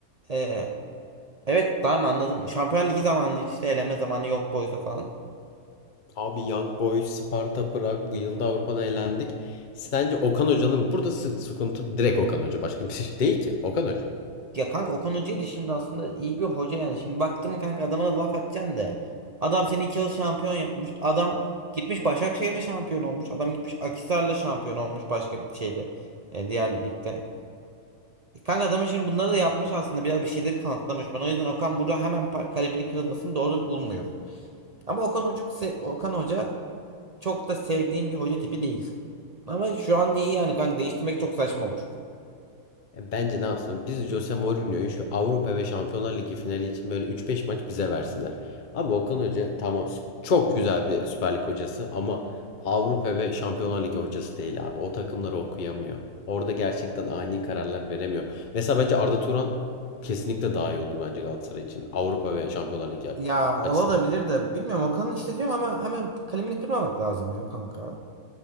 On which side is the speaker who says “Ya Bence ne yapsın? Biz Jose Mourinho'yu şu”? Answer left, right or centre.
Left